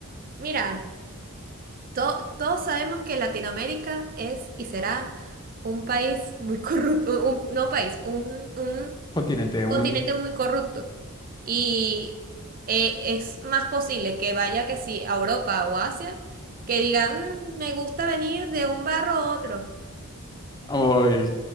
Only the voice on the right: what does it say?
Mira, to- todos sabemos que Latinoamérica es y será un país muy <laughs> corrupto, un- no un país, un, un
continente muy corrupto. Y eh, es más posible que vaya que sí a Europa o Asia, que digan, "Mm, me gusta venir de un barro a otro.